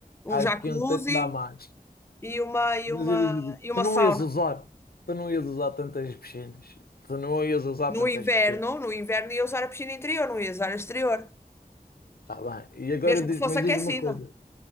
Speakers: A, on the left; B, on the left.
A: um
B: acho
A: jacuzzi
B: que iam ter-te dar mais.
A: e uma, e
B: Mas
A: uma,
B: eu digo,
A: e uma
B: tu não
A: sauna.
B: ias usar, tu não ias usar tantas piscinas. Tu não ias usar tantas
A: No inverno,
B: piscinas.
A: no inverno ia usar a piscina interior, não ia usar a exterior.
B: Tá bem. E agora
A: mesmo
B: diz,
A: que fosse
B: mas
A: aquecida.
B: diz-me uma coisa.